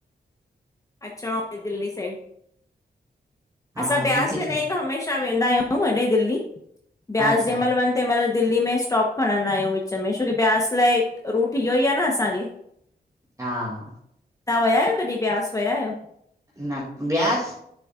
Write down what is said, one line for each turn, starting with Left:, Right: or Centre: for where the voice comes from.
Left: अचणो दिल्ली साइड।
Right: हा
Left: असां ब्यास
Right: दिल्ली
Left: वेंदा
Right: सां
Left: आयूं त हमेशा वेंदा आयूं एॾे दिल्ली। ब्यास
Right: अच्छा
Left: जें मल वञ तें मल दिल्ली में स्टॉप खणंदा आयूं विच में छोकी ब्यास लाइ रूट इहो ई आ न असांखे।
Right: हा
Left: तव्हां विया आयो कॾहिं ब्यास विया आयो?
Right: न ब्यास